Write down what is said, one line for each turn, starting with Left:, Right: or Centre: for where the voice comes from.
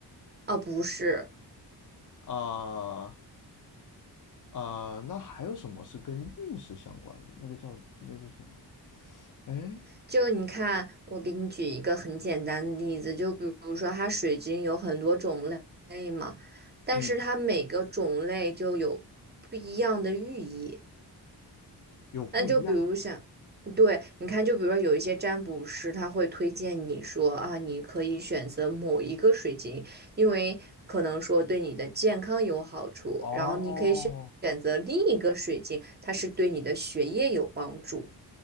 Right: 啊，不是，
Left: 啊、啊，那还有什么是跟运势相关的？那个叫那叫什么？哎，
Right: 就你看，我给你举一个很简单的例子，就比如说它水晶有很多种类类嘛，但是它每个种类就有不一样的寓意。
Left: 嗯，有不一样
Right: 那就比如像，对，你看，就比如说有一些占卜师，他会推荐你说啊，你可以选择某一个水晶，因为可能说对你的健康有好处，
Left: 哦，
Right: 然后你可以选选择另一个水晶，它是对你的学业有帮助。